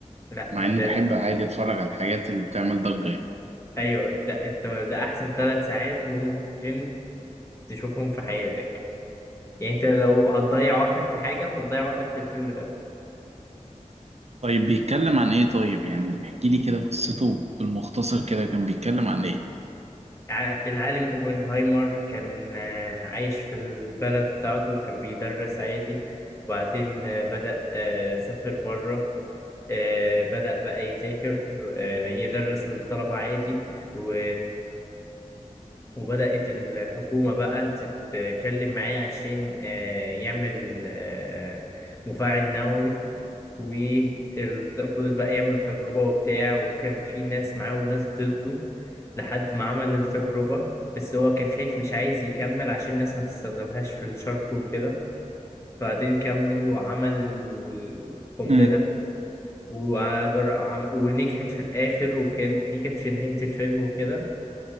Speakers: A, on the left; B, on the right.
A: لا
B: مع
A: انت
B: اني بحب عادي اتفرج على الحاجات اللي بتعمل ضجه يعني
A: ايوه ده انت ده احسن ثلاث ساعات ممكن تشوفهم في حياتك يعني انت لو هتضيع وقتك في حاجه انت تضيع وقتك في الفيلم ده
B: طيب بيتكلم عن ايه طيب يعني احكي لي كده قصته بالمختصر كده كان بيتكلم عن ايه
A: ع- العالم اوبنهايمر كان آه، عايش في البلد بتاعته وكان بيدرس عادي وبعدين آه، بدأ آه، سافر بره آه، بدأ بقى يذاكر آه، يدرس للطلبة عادي و... وبدأت الحكومة بقى تتكلم معاه عشان آه، يعمل آه، مفاعل نووي وفضل بقى يعمل تجربة وبتاع وكان في ناس معاه وناس ضده لحد ما عمل التجربة بس هو كان خايف مش عايز يكمل عشان الناس ما تستخدمهاش في الشر وكده بعدين كمل وعمل القنبلة
B: امم
A: وعجر... وعم... ونجحت في الآخر وكان دي كانت في نهاية الفيلم وكده